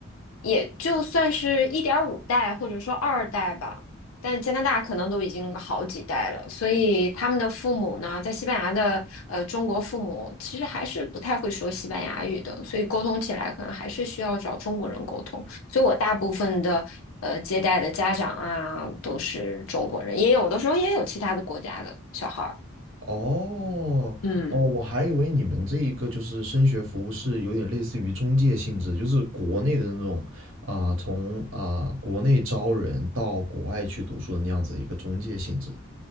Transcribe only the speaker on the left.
也就算是一点五代或者说二代吧，但加拿大可能都已经好几代了，所以他们的父母呢，在西班牙的呃中国父母其实还是不太会说西班牙语的，所以沟通起来可能还是需要找中国人沟通。所以我大部分的呃接待的家长啊都是中国人，也有的时候也有其他的国家的小孩儿。
嗯，